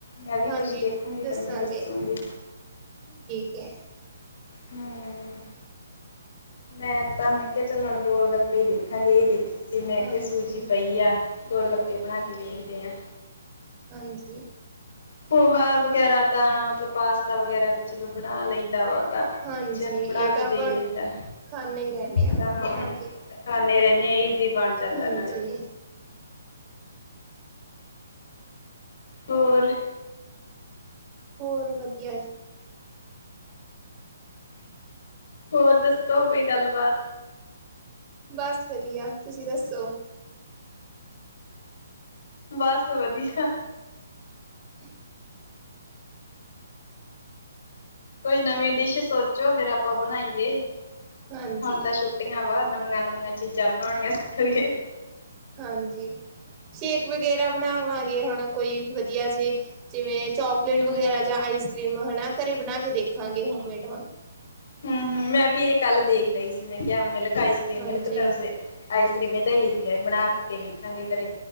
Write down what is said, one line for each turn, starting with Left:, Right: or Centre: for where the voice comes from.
Left: ਮੈਂ ਵੀ
Right: ਹਾਂਜੀ
Left: ਕੁਛ ਦੇਖੂੰਗੀ
Right: ਦੱਸਾਂਗੇ
Left: ਫਿਰ ਮੈਂ ਦੱਸੂਗੀ।
Right: ਠੀਕ ਹ।
Left: ਹਮ ਮੈਂ ਤਾਂ ਮੈਂ ਕਿਹਾ ਚਲੋ ਹੁਣ ਗੋਲ ਗੱਪੇ ਹੀ ਦੇਖਾਂਗੇ ਇਹ ਦੇਖੀ ਸੀ ਮੈਂ
Right: ਹਾਂਜੀ
Left: ਕਿਹਾ ਸੂਚੀ ਪਈ ਆ। ਗੋੜ ਗੱਪੇ ਬਣਾ ਕੇ ਦੇੇਖਦੇ ਹਾ।
Right: ਹਾਂਜੀ।
Left: ਪੋਹਾ ਵਗੈਰਾ ਤਾਂ ਮਤਲਬ ਪਾਸਤਾ ਵਗੈਰਾ ਤਾਂ ਚਲੋ ਬਣਾ ਲਈਦਾ ਵਾ। ਤਾਂ
Right: ਹਾਂਜੀ
Left: ਬੱਚਿਆਂ ਨੂੰ
Right: ਇਹ
Left: ਬਣਾ
Right: ਤਾਂ
Left: ਕੇ
Right: ਆਪਾਂ
Left: ਦੇ ਦਈਦਾ
Right: ਖਾਂਦੇ ਹੀ ਰਹਿੰਦੇ
Left: ਤਾਂ
Right: ਬਣਾ
Left: ਹਾਂ
Right: ਕੇ
Left: ਖਾਣੇ ਰਹਿਣੇ ਈਜ਼ੀ ਬਣ ਜਾਂਦਾ
Right: ਹਾਂਜੀ
Left: ਨਾਲੇ ਹੋਰ
Right: ਹੋਰ ਵਧੀਆ ਜੀ।
Left: ਹੋਰ ਦੱਸੋ ਕੋਈ ਗੱਲਬਾਤ।
Right: ਬਸ ਵਧੀਆ ਤੁਸੀਂ ਦੱਸੋ।
Left: ਬਸ ਵਧੀਆ।
Right: <unintelligible>
Left: ਕੋਈ ਨਵੀਂ ਡਿਸ਼ ਸੋਚੋ ਫੇਰ ਆਪਾਂ ਬਣਾਈਏ
Right: ਹਾਂਜੀ
Left: ਹੁਣ ਤਾਂ ਛੁੱਟੀ ਆਂ ਵਾ ਨਵੀਆਂ ਨਵੀਆਂ ਚੀਜ਼ਾਂ ਬਣਾਉਣੀਆਂ ਸਿੱਖ ਲਈਏ।
Right: ਹਾਂਜੀ ਸ਼ੇਕ ਵਗੈਰਾ ਬਣਾਵਾਂਗੇ ਹੁਣ ਕੋਈ ਵਧੀਆ ਜੇ ਜਿਵੇਂ ਚੋਕਲੇਟ
Left: ਹੂੰ,
Right: ਵਗੈਰਾ ਜਾਂ ਆਈਸ ਕਰ੍ਰੀਮ ਹਨਾ ਘਰੇ ਬਣਾ ਕੇ ਦੇਖਾਂਗੇ ਹੋਮਮੇਡ ਹੁਣ।
Left: ਹੂੰ ਹੂੰ ਮੈਂ ਵੀ ਇਹ ਕੱਲ ਦੇਖ ਰਹੀ ਸੀ ਮੈਂ ਕਿਹਾ ਮਿਲਕ ਆਈਸ ਕਰ੍ਰੀਮ
Right: ਹਾਂਜੀ
Left: ਮਿਲਕ ਤਾਂ ਵੈਸੇ ਆਈਸ ਕਰ੍ਰੀਮ ਇਹ ਤਾਂ ਈਜ਼ੀ ਹੈ ਬਣਾ ਕੇ ਵੇਖਾਂਗੇ ਘਰੇ